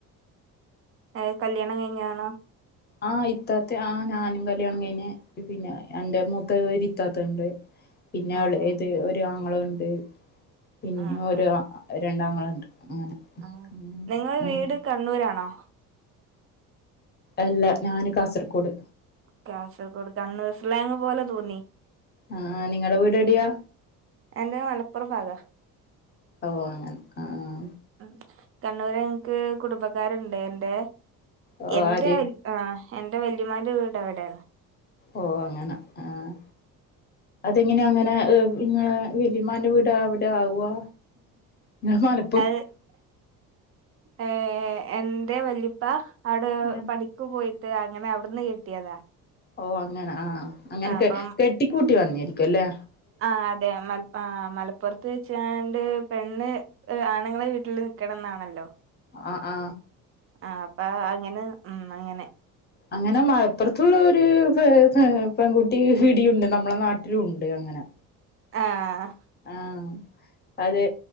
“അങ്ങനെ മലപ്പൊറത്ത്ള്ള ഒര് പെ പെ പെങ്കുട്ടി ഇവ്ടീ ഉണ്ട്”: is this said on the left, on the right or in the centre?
Left